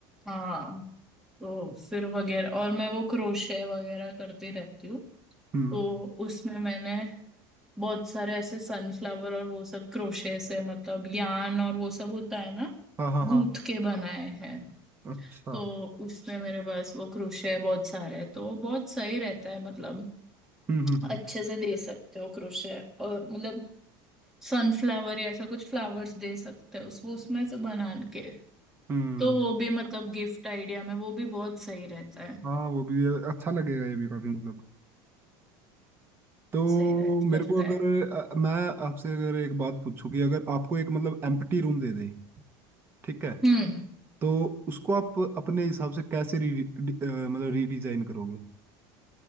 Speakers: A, in the centre; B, on the right (about 20°).
A: हाँ तो फिर वगैरह और मैं वो क्रोशे वगैरह करती रहती हूँ
B: हम्म
A: तो उसमें मैंने बहुत सारे ऐसे सनफ्लावर और वो सब क्रोशे से मतलब यान और वो सब होता है ना
B: हाँ हाँ
A: गूंथ
B: हाँ
A: के बनाए हैं
B: अच्छा
A: तो उसमें मेरे पास वो क्रोशे बहुत सारे हैं तो वो बहुत सही रहता है मतलब
B: हम्म हम्म हम्म
A: अच्छे से दे सकते हो क्रोशे और मतलब सनफ्लावर या ऐसा कुछ फ्लावर्स दे सकते हो उस वो उसमें से बना के
B: हम्म,
A: तो वो भी मतलब गिफ्ट आइडिया में वो भी बहुत सही रहता है
B: हाँ वो भी अच्छा लगेगा ये भी काफी मतलब तो
A: सही रह
B: मेरे
A: लगता
B: को अगर
A: है
B: अ, मैं आपसे अगर एक बात पूछूं कि अगर आपको एक मतलब एम्प्टी रूम दे दे ठीक है
A: हम्म
B: तो उसको आप अपने हिसाब से कैसे री, डी- अ, मतलब रीडिजाइन करोगे